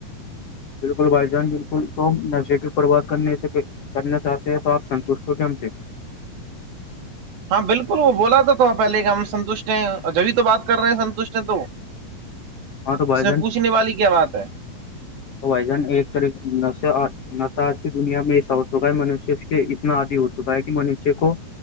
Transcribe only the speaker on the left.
بالکل بھائی جان بالکل تو نشے کی پرباد کرنے سے کرنا چاہتے ہیں تو آپ سنوش تو کیم سے
ہاں تو بھائی
وزن ایک طریق نس کی دنیا میں س کا منشیہ اس کے اتنا آادی ہو چکا ہے کہ منشیہ کو